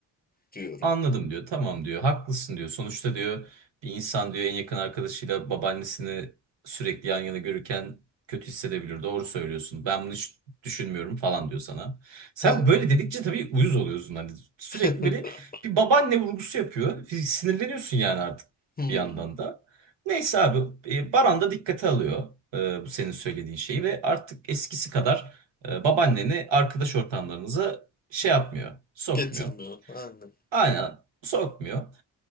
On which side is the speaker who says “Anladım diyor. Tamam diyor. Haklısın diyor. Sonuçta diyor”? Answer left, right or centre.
Right